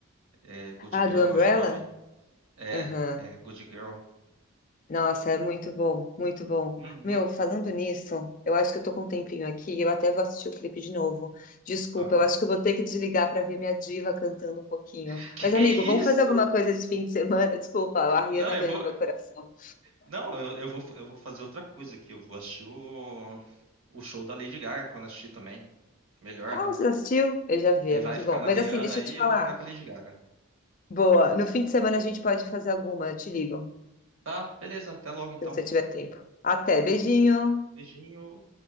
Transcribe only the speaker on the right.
É Good
Girl,
eu acho o nome. É,
é Good Girl.
Uhum.
Aham.
<laughs> Que
isso?
Não, eu
vou.
Não, eu, eu vou, eu vou fazer outra coisa aqui. Eu vou assistir o, o show da Lady Gaga quando assistir também. Melhor,
né?
Ele
vai
ficar
na
Rihanna
aí,
eu vou ficar com a Lady Gaga.
Tá, beleza, até logo então.
Beijinho.